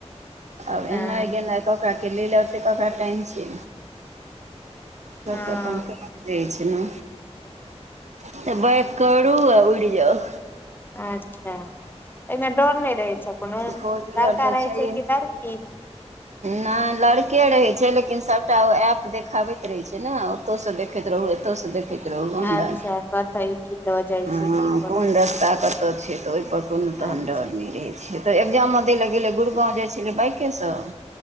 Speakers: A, on the right; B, on the left.
A: आब
B: हँ
A: एनाय गेनाय ककरा के लैए ले औतै ककरा टाइम छै, सबके
B: हँ
A: अपन रहै छै न तऽ बाइक करू आ उड़ि जाउ।
B: अच्छा एइमे डर नहि रहै छै कुनो,
A: फोर व्हीलर
B: लड़का
A: तऽ
B: रहै
A: छैहे
B: छै कि लड़की?
A: नहि लड़के रहै छै लेकिन सभटा ओ ऐप देखाबैत रहै छै ने। ओतौ से देखैत रहु एतौ से देखैत रहु आनलाइन
B: अच्छा कतऽ की लऽ जाइ
A: हँ
B: छै की करै
A: कोन रस्ता कतऽ से छै। तऽ ओहिपर कोनो
B: अच्छा
A: तहन डर नहि रहै छै तऽ एग्जामो दै ले गेलै गुड़गाँव जाइ छलै बाइके सँ।